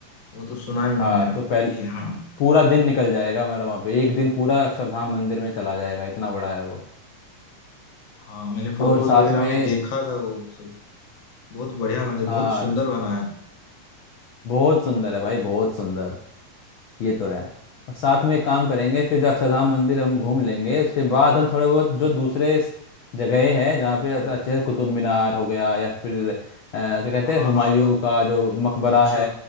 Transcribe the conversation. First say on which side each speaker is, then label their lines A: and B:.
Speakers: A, on the left; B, on the left.
A: वो तो सुना ही है
B: हाँ
A: मैंने
B: तो पहले
A: कि हाँ
B: पूरा दिन निकल जाएगा मेरा वहाँ पे एक दिन पूरा अक्षरधाम मंदिर में चला जाएगा इतना बड़ा है वो
A: हाँ मैंने फोटोज
B: और साथ
A: वगैरह
B: में
A: में देखा था वो सब बहुत बढ़िया मंदिर
B: हाँ
A: बहुत सुंदर बना है
B: बहुत सुंदर है भाई बहुत सुंदर ये तो है और साथ में एक काम करेंगे फिर जो अक्षरधाम मंदिर हम घूम लेंगे उसके बाद हम थोड़े बहुत जो दूसरे स- जगहें हैं जहाँ पे अत- अच्छे से कुतुब मीनार हो गया या फिर अ, क्या कहते
A: हाँ
B: हैं हुमायूं
A: हाँ कुत
B: का जो मकबरा
A: अच्छा
B: है